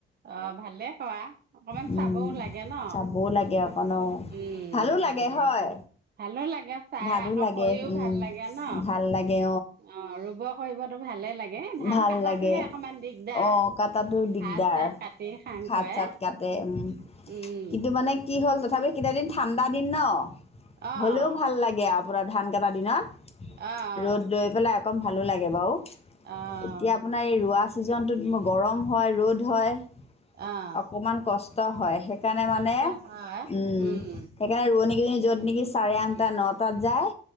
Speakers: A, on the right; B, on the left.
A: অ ভালে কোৱা অকমান
B: উম,
A: চাবও লাগে ন
B: চাবও লাগে অকণ অ
A: উম
B: ভালো
A: মতিবাৰী
B: লাগে হয়
A: খিনি ভালো লাগে চাই
B: ভালো
A: আকৌ
B: লাগে
A: কৰিও
B: উম,
A: ভাল লাগে ন
B: ভাল লাগে
A: অ ৰুব কৰিবতো ভালে লাগে ধান
B: ভাল
A: কটাটোহে
B: লাগে
A: অকমান দিগদাৰ।
B: অ কটাতো দিগদাৰ
A: হাত চাত কাটি খাং
B: খাত
A: কৰে
B: চাত কাটে উম,
A: উম
B: কিন্তু মানে কি হ'ল তথাপি কেইটাদিন ঠাণ্ডা দিন ন
A: অ',
B: হলেও ভাল লাগে পূৰা ধান কাটা দিনত
A: অ',
B: ৰ'দ লৈ পেলাই কম ভালো লাগে বাৰু
A: অ',
B: এতিয়া আপোনাৰ এই ৰোৱা ছিজনটোত মোৰ গৰম হয় ৰ'দ হয়
A: অ',
B: অকণমান কষ্ট কষ্ট হয় শে সেইকাৰণে মানে
A: কষ্ট
B: উম
A: হয় উম,
B: সেইকাৰণে ৰোৱনীক যত নেকি চাৰে আঠটা নটাত যায়